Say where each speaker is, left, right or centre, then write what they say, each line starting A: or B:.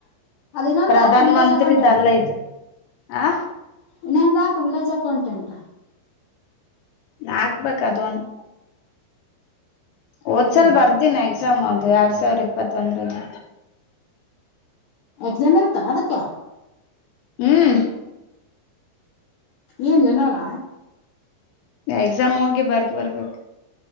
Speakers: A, on the left; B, on the left.
A: ಅದು ಇನ್ನೊಂದು
B: ಪ್ರಧಾನ್
A: ಹಾಕು ವಿಲೇಜ್
B: ಮಂತ್ರಿದ್
A: ಅಕೌಂಟೆಂಟ್
B: ಅಲ್ಲ ಇದು ಹ್
A: ಇನ್ನೂಂದ ಹಾಕ್ ವಿಲೇಜ್ ಅಕೌಂಟೆಂಟ್
B: ಹಾಕ್ಬೇಕ ಅದು ಒಂದ್
A: ಹ್ಮ್
B: ಓದ್ಸಲ್ ಬರ್ದಿನಿ ಎಕ್ಸಾಮ್ ಅದು ಎರಡ್ ಸಾವಿರ ಇಪ್ಪತ್ತೊಂದ್ರಲ್ಲಿ
A: ಎಕ್ಸಾಮ್ ಇರ್ತರನ್ ಅದಕ್ಕ್
B: ಹ್ಮ್
A: ಏನ್ ರಿನಲ್ಲಾ
B: ಎಕ್ಸಾಮ್ ಹೋಗಿ ಬರ್ದ ಬರ್ಬೇಕ್